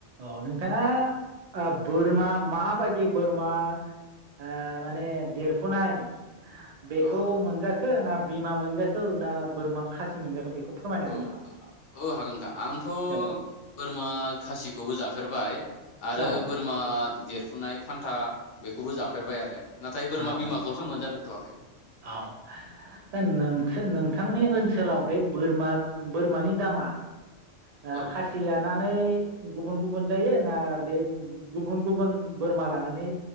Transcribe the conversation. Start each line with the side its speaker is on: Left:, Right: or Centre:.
Right: औ नोंथाङा बोरमा माबायदि बोरमा ओ माने देरफुनाय बेखौ
Left: औ
Right: मोनजाखो ना बिमा मोनजाखो ना बोरमा खासि मोनजाखो बे बेखौ फोरमायनो हागोन
Left: औ
Right: नामा।
Left: औ हागोन नोंथां आंथ'
Right: औ
Left: बोरमा खासिखौबो जाफेरबाय आरो
Right: औ
Left: बोरमा देरफुनाय फान्था बेखौबो जाफेरबाय आरो। नाथाय बोरमा
Right: औ
Left: बिमाखौसो मोनजाफेर थ'वाखै
Right: औ नोंसो नोंथांनि ओनसोलाव बे बोरमा बोरमानि दामा ओ
Left: औ नोंथां
Right: खासि लानानै गुबुन गुबुन जायो ना बे गुबुन गुबुन बोरमा लानानै